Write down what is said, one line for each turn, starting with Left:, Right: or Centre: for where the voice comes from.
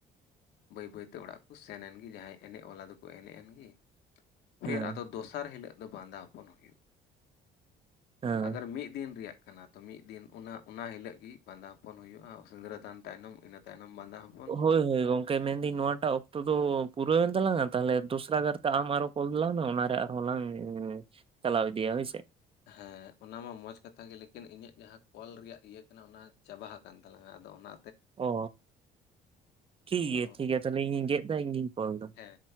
Left: ᱵᱟᱹᱭ ᱵᱟᱹᱭᱛᱮ ᱚᱲᱟᱜ ᱠᱚ ᱥᱮᱱ ᱮᱱ ᱜᱮ ᱡᱟᱦᱟᱸᱭ ᱮᱱᱮᱡ ᱵᱟᱞᱟ ᱫᱚᱠᱚ ᱮᱱᱮᱡ ᱮᱱ ᱜᱮ
Right: ᱦᱮᱸ
Left: ᱯᱷᱤᱨ ᱟᱫᱚ ᱫᱚᱥᱟᱨ ᱦᱤᱞᱳᱜ ᱫᱚ ᱵᱟᱸᱫᱟ ᱦᱚᱯᱚᱱ ᱦᱩᱭᱩᱜᱼᱟ᱾
Right: ᱦᱮᱸ
Left: ᱟᱜᱟᱨ ᱢᱤᱫ ᱫᱤᱱ ᱨᱮᱭᱟᱜ ᱠᱟᱱᱟ ᱛᱚ ᱢᱤᱫ ᱫᱤᱱ ᱚᱱᱟ ᱚᱱᱟ ᱦᱤᱞᱟᱹᱜ ᱜᱮ ᱵᱟᱸᱫᱟ ᱦᱚᱯᱚᱱ ᱦᱩᱭᱩᱜᱼᱟ, ᱥᱤᱸᱫᱽᱨᱟᱹᱫᱟᱱ ᱛᱟᱭᱱᱚᱢ ᱤᱱᱟᱹ ᱛᱟᱭᱱᱚᱢ ᱵᱟᱸᱫᱟ ᱦᱚᱯᱚᱱ
Right: ᱦᱳᱭ ᱦᱳᱭ ᱜᱚᱝᱠᱮ ᱢᱮᱱᱫᱟᱹᱧ ᱱᱚᱣᱟᱴᱟᱜ ᱚᱠᱛᱚ ᱫᱚ ᱯᱩᱨᱟᱹᱣᱮᱱ ᱛᱟᱞᱟᱝᱟ ᱛᱟᱦᱚᱞᱮ ᱫᱚᱥᱨᱟ ᱜᱟᱨᱛᱮ ᱟᱢ ᱟᱨᱚ ᱠᱚᱞ ᱛᱟᱞᱟᱝ ᱢᱮ ᱚᱱᱟᱨᱮ ᱟᱨᱦᱚᱸ ᱞᱟᱝ ᱪᱟᱞᱟᱣ ᱤᱫᱤᱭᱟ ᱦᱳᱭᱥᱮ
Left: ᱦᱮᱸ ᱚᱱᱟ ᱢᱟ ᱢᱚᱸᱡᱽ ᱠᱟᱛᱷᱟ ᱜᱮ ᱞᱮᱠᱤᱱ ᱤᱧᱟᱹᱜ ᱡᱟᱦᱟᱸ ᱠᱚᱞ ᱨᱮᱭᱟᱜ ᱤᱭᱟᱹ ᱠᱟᱱᱟ ᱚᱱᱟ ᱪᱟᱵᱟ ᱦᱟᱠᱟᱱ ᱛᱟᱞᱟᱝᱟ ᱟᱫᱚ ᱚᱱᱟ
Right: ᱚ ᱴᱷᱤᱠ
Left: ᱛᱚ
Right: ᱜᱮᱭᱟ ᱴᱷᱤᱠ ᱜᱮᱭᱟ ᱛᱟᱦᱞᱮ ᱤᱧᱤᱧ ᱜᱮᱫ ᱫᱟ ᱤᱧ ᱜᱤᱧ ᱠᱚᱞ ᱮᱫᱟ ᱾
Left: ᱦᱮᱸ